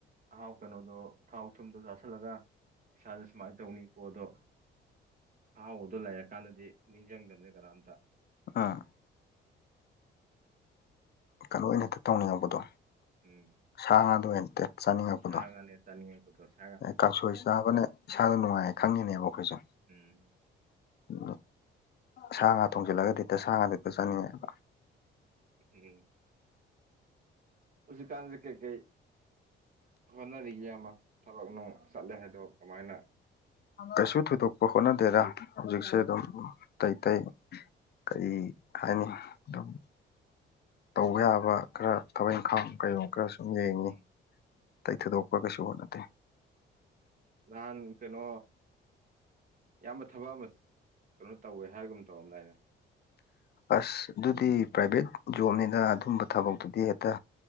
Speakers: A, on the right; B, on the left.
A: ꯑꯍꯥꯎ ꯀꯩꯅꯣꯗꯣ ꯊꯥꯎ ꯊꯨꯝꯗꯣ ꯆꯥꯥꯁꯜꯂꯒ ꯏꯁꯥꯥꯁ ꯁꯨꯃꯥꯏꯅ ꯇꯧꯅꯤꯀꯣ ꯑꯗꯣ ꯑꯍꯥꯎꯕꯗꯣ ꯂꯩꯔ ꯀꯥꯟꯗꯗꯤ ꯅꯤꯡꯁꯤꯡꯗꯕꯅꯦ ꯀꯅꯥꯝꯇ
B: ꯑ ꯀꯩꯅꯣ ꯑꯣꯏꯅ ꯍꯦꯛꯇ ꯇꯧꯅꯤꯡꯉꯛꯄꯗꯣ
A: ꯎꯝ
B: ꯁꯥ ꯉꯥꯗ ꯑꯣꯏꯅ ꯍꯦꯛꯇ ꯆꯥꯅꯤꯡꯉꯛꯄꯗꯣ
A: ꯁꯥ ꯉꯥꯅꯦ ꯆꯥꯅꯤꯡꯉꯛꯄꯗꯣ ꯁ
B: ꯀꯥꯡꯁꯣꯏ ꯆꯥꯕꯅ ꯏꯁꯥꯗ ꯅꯨꯡꯉꯥꯏ ꯈꯪꯉꯤꯅꯦꯕ ꯑꯩꯈꯣꯏꯁꯨ
A: ꯎꯝ
B: ꯎ ꯁꯥ ꯉꯥ ꯊꯣꯡꯖꯤꯜꯂꯒꯗꯤ ꯍꯦꯛꯇ ꯁꯥ ꯉꯥ ꯍꯦꯛꯇ ꯆꯠꯅꯤꯡꯉꯦꯕ
A: ꯎꯝ ꯍꯨꯖꯤꯛꯀꯥꯟꯖꯦ ꯀꯩꯀꯩ ꯍꯣꯠꯅꯔꯤꯒꯦ ꯏꯌꯥꯝꯕ ꯊꯕꯛ ꯅꯨꯡ ꯆꯠꯂꯦ ꯍꯥꯏꯗꯣ ꯀꯃꯥꯏꯅ
B: ꯀꯩꯁꯨ ꯊꯣꯏꯗꯣꯛꯄ ꯍꯣꯠꯅꯗꯦꯗ ꯍꯧꯖꯤꯛꯁꯦ ꯑꯗꯨꯝ ꯑꯇꯩ ꯑꯇꯩ ꯀꯔꯤ ꯍꯥꯏꯅꯤ ꯑꯗꯨꯝ ꯇꯧꯕ ꯌꯥꯕ ꯈꯔ ꯊꯕꯛ ꯏꯪꯈꯥꯡ ꯀꯩ ꯈꯔ ꯁꯨꯝ ꯌꯦꯡꯉꯤ
A: ꯎꯝ
B: ꯇꯩ ꯊꯣꯏꯗꯣꯛꯄ ꯀꯩꯁꯨ ꯍꯣꯠꯅꯗꯦ
A: ꯅꯍꯥꯟ ꯀꯩꯅꯣ ꯏꯌꯥꯝꯕ ꯊꯕꯛ ꯑꯃ ꯀꯩꯅꯣ ꯇꯧꯋꯦ ꯍꯥꯏꯕꯒꯨꯝ ꯇꯧꯔꯝꯗꯥꯏꯅꯦ
B: ꯑꯁ ꯑꯗꯨꯗꯤ ꯄ꯭ꯔꯥꯏꯚꯦꯠ ꯖꯣꯕꯅꯤꯗ ꯑꯗꯨꯝꯕ ꯊꯕꯛꯇꯨꯗꯤ ꯍꯦꯛꯇ